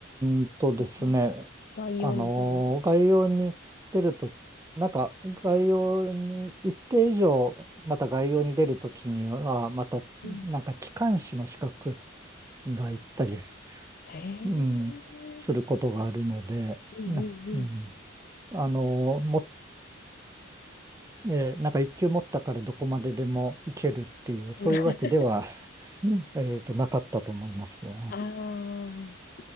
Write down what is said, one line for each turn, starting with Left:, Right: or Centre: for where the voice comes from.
Right: ーんとですね、
Left: そんな概要に出るんだ。
Right: あのー概要に出ると、なんか概要に一定以上、また概要に出るときには、またなんか機関士の資格
Left: うん。
Right: がいったりす、
Left: へ
Right: うん、
Left: え。
Right: することがあるので、
Left: うんうんうん。
Right: な、うん、あのーも、えーなんか一級持ったからどこまででも行けるっていう、そういうわけでは、
Left: <laughs>
Right: うんえっと、なかったと思いますね。
Left: ああ。